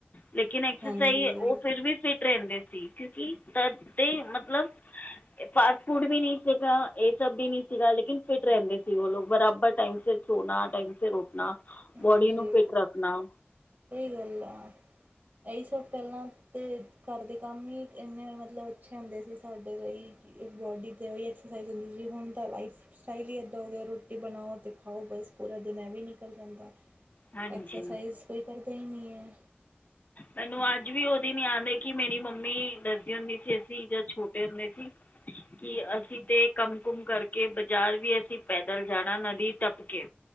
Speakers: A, on the left; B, on the right.
A: ਲੇਕਿਨ ਐਕਸਰਸਾਈਜ਼,
B: ਹਾਂਜੀ
A: ਉਹ ਫਿਰ ਵੀ ਫਿਟ ਰਹਿੰਦੇ ਸੀ, ਕਿਉਂਕਿ ਤਦ ਦੇ ਮਤਲਬ ਫਾਸਟ-ਫੂਡ ਵੀ ਨੀ ਸੀਗਾ, ਇਹ ਸਭ ਵੀ ਨਹੀਂ ਸੀਗਾ, ਲੇਕਿਨ ਫਿਟ ਰਹਿੰਦੇ ਸੀ ਉਹ ਲੋਕ, ਬਰਾਬਰ ਟਾਈਮ ਸਿਰ ਸੋਣਾ ਟਾਈਮ ਸਿਰ ਉੱਠਣਾ,
B: ਹਾਂਜੀ
A: ਬੋਡੀ ਨੂੰ ਫਿਟ ਰੱਖਣਾ।
B: ਸਹੀ ਗੱਲ ਐ। ਇਹੀ ਸਭ ਪਹਿਲਾਂ ਤਾਂ ਘਰ ਦੇ ਕੰਮ ਹੀ ਇੰਨੇ ਮਤਲਬ ਅੱਛੇ ਹੁੰਦੇ ਸੀ ਸਾਡੇ ਲਈ। ਬੋਡੀ 'ਤੇ ਵੀ ਐਕਸਰਸਾਈਜ਼ ਹੁੰਦੀ ਸੀ। ਹੁਣ ਤਾਂ ਲਾਈਫ ਸਟਾਈਲ ਹੀ ਇੱਦਾਂ ਹੋ ਗਿਆ। ਰੋਟੀ ਬਣਾਓ ਅਤੇ ਖਾਓ ਬਸ ਪੂਰਾ ਦਿਨ ਇਹ ਵੀ ਨਿਕਲ ਜਾਂਦਾ।
A: ਹਾਂਜੀ
B: ਐਕਸਰਸਾਈਜ਼ ਕੋਈ ਕਰਦਾ ਹੀ ਨਹੀਂ ਹੈ।
A: ਮੈਨੂੰ ਅੱਜ ਵੀ ਉਹ ਦਿਨ ਯਾਦ ਹੈ ਕਿ ਮੇਰੀ ਮੰਮੀ ਦੱਸਦੀ ਹੁੰਦੀ ਸੀ, ਅਸੀਂ ਜਦੋਂ ਛੋਟੇ ਹੁੰਦੇ ਸੀ। ਕਿ ਅਸੀਂ ਤੇ ਕੰਮ ਕੁੰਮ ਕਰਕੇ ਬਾਜ਼ਾਰ ਵੀ ਅਸੀਂ ਪੈਦਲ ਜਾਣਾ ਨਦੀ ਟੱਪ ਕੇ।